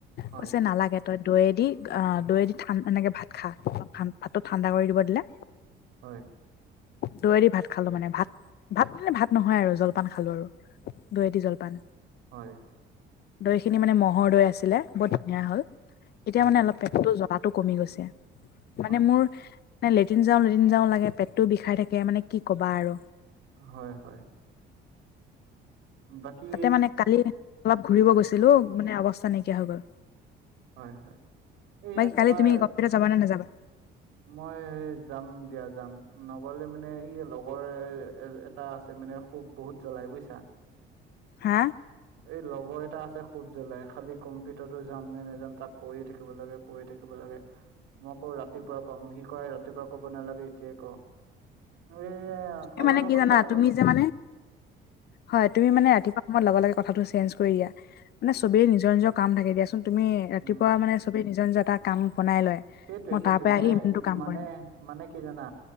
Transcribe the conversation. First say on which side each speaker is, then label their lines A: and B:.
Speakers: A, on the right; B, on the left.
A: হয়
B: কৈছে নালাগে তই দৈয়েদি আহ দৈয়েদি ঠান এনেকে ভাত খা অলপ ঠান ভাতটো ঠাণ্ডা কৰি দিব দিলে।
A: হয়
B: দৈয়েদি ভাত খালো মানে ভাত ভাত মানে ভাত নহয় আৰু জলপান খালো আৰু দৈয়েদি জলপান
A: হয়
B: দৈ খিনি মানে মহ'ৰ দৈ আছিলে বহুত ধুনীয়া হ'ল এতিয়া
A: হয়
B: মানে অলপ পেটটো জ- লাতো কমি গৈছে মানে
A: হয়
B: মোৰ নে লেটিন যাওঁ লেটিন যাওঁ লাগে পেটটোও বিষাই থাকে মানে কি কবা আৰু
A: হয় হয় বাকী
B: তাতে মানে কালি অলপ ঘূৰিব
A: হয়
B: গৈ- ছিলো মানে অৱস্থা নাইকিয়া হৈ গ'ল
A: হয় হয় এইয়া
B: বাকী
A: তোমাৰ
B: কালি তুমি কম্পিউটাৰ যাবা নে নাযাবা
A: মই যাম দিয়া যাম নগলে মানে এইয়ে লগৰ এ টা আছে মানে খুব বহুত জ্বলাই বুইছা
B: হা
A: এই লগৰ এটা আছে খুব জ্বলাই খালি কম্পিউটাৰো যাম নে নেযাম তাক কৈয়ে থাকিব লাগে কৈয়ে থাকিব লাগে মই কওঁ ৰাতিপুৱা কম সি কয় ৰাতিপুৱা কব নালাগে এতিয়াই ক। এ
B: এ
A: অলপ
B: মানে
A: আগত
B: কি জানা
A: তাৰ
B: তুমি
A: লগত
B: যে মানে হয় তুমি মানে ৰাতিপুৱা লগে লগে কথাটো চেঞ্জ কৰি দিয়া মানে চবেই নিজৰ নিজৰ কাম থাকে দিয়াচোন তুমি ৰাতিপুৱা
A: উম
B: মানে চবে নিজৰ নিজৰ এটা কাম বনাই লয়।
A: সেইটোয়ে
B: মই
A: সেইটোয়ে
B: তাৰ পৰা
A: মানে
B: আহি ইমানটো কাম
A: মানে
B: কৰিম।
A: মানে কি জানা